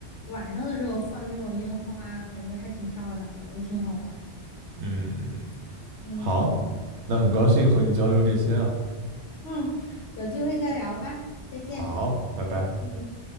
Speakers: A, on the left (about 75°); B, on the right (about 80°).
A: 晚上的时候放那种烟花，感觉还挺漂亮的，也挺好玩儿。
B: 嗯，
A: 嗯
B: 好，那很高兴和你交流这些啊。
A: 嗯，有机会再聊吧，再见。
B: 好，拜拜。
A: 嗯。